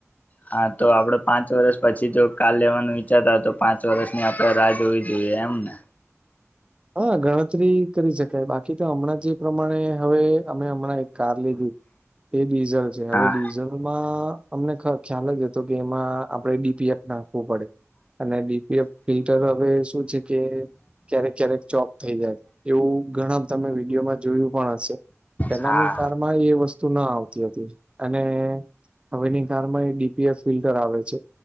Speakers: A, on the left; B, on the right.
A: હા તો આપડ પાંચ વર્ષ પછી જો કાલ લેવાનું વિઈચારતા હોય તો પાંચ વર્ષની આપડણે રાહ જોવીએ. એ એમને.
B: <inaudible> હા ગણતરી કરી શકાય બાકી તો હમણાં જે પ્રમાણે હવે અમે હમણાં એક કાર લીધી. એ ડીઝલ છે હવે
A: હા
B: ડીઝલ. અમને ખ્યાલ લ્યો હતો કે એમાં આપણે ડીપીએફ નાખવું પડે. અને ડીપીએફ ફિલ્ટર હવે શું છે કે. ક્યારેક ક્યારેક ચોક થઈ જાય એવું ઘણા તમે વિડીયોમાં જોયું પણ હશે પેલાની
A: હા
B: કારણે. એ વસ્તુ ના આવતી હતી અને. હવેની કારમાં એ ડીપીએસ ફિલ્ટર ધરાવે છે.